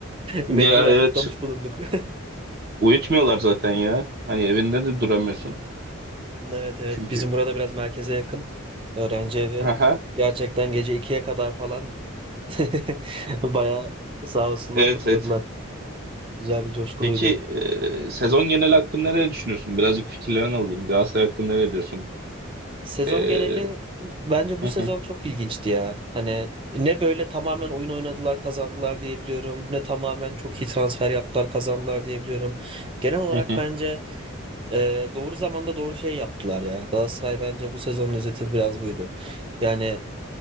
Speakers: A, on the right; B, on the right.
A: Ya
B: Mecburen
A: evet.
B: kutlamış bulunduk. <laughs>
A: Uyutmuyorlar zaten ya. Hani evinde de duramıyorsun.
B: Evet evet
A: Çünkü.
B: bizim burada biraz merkeze yakın öğrenci evi.
A: Aha,
B: Gerçekten gece ikiye kadar falan <laughs> baya sağ olsunlar
A: evet
B: kutladılar.
A: evet.
B: Güzel bir coşkuluydu.
A: Peki e, sezon genel hakkında ne düşünüyorsun? Birazcık fikirlerini alayım. Galatasaray hakkında ne diyorsun?
B: Sezon
A: Ee,
B: geneli bence bu
A: hı
B: sezon
A: hı,
B: çok ilginçti ya. Hani ne böyle tamamen oyun oynadılar kazandılar diyebiliyorum. Ne tamamen çok iyi transfer yaptılar kazandılar diyebiliyorum. Genel olarak
A: hı hı.
B: bence e, doğru zamanda doğru şey yaptılar ya. Galatasaray bence bu sezonun özeti biraz buydu. Yani